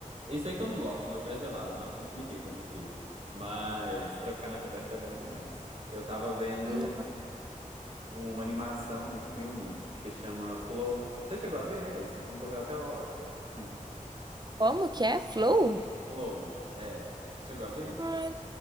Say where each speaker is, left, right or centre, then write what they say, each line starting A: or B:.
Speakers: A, on the right (about 55°); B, on the right (about 30°).
A: é isso aí que eu não gosto, meu pé gelado. Nossa, isso me irrita no frio. Mas pra ficar na coberta é bom demais. Eu tava vendo
B: Hum,
A: uma animação, um filme que chama Flow. Você chegou a ver esse? Concorreu até ao Oscar. Hum.
B: Como que é? Flow?
A: Flow, é. Você chegou a ver?
B: Ai,